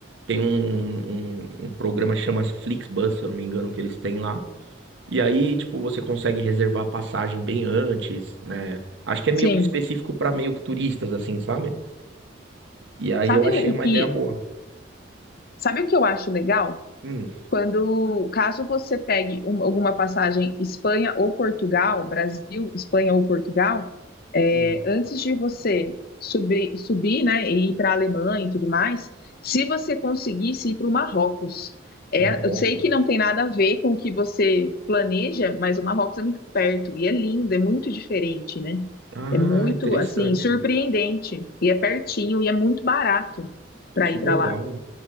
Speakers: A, on the right (about 60°); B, on the left (about 50°).
A: Tem um, um, um programa que chama Flixbus, se eu não me engano, que eles têm lá. E aí, tipo, você consegue reservar a passagem bem antes, né? Acho que é meio
B: sim.
A: que específico para meio que turistas, assim, sabe? E aí
B: Sabe
A: eu achei
B: o
A: uma
B: o que,
A: ideia boa.
B: sabe o que eu acho legal?
A: Hum,
B: Quando, caso você pegue um- alguma passagem Espanha ou Portugal, Brasil, Espanha ou Portugal, é,
A: hum,
B: antes de você subir, subir, né, e ir para a Alemanha e tudo mais, se você conseguisse ir para o Marrocos, é,
A: Marrocos.
B: eu sei que não tem nada a ver com o que você planeja, mas o Marrocos é muito perto e é lindo, é muito diferente, né?
A: Ah,
B: É muito,
A: interessante.
B: assim, surpreendente e é pertinho e é muito barato para
A: Que
B: ir
A: legal.
B: para lá.